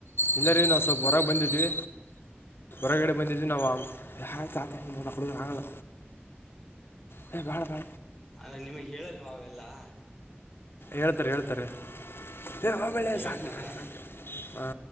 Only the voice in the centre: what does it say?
ಆಲ್ಲ ನಿಮಗ್ ಹೇಳಲ್ವ ಅವೆಲ್ಲಾ.
ಹೇಳ್ತಾರಾ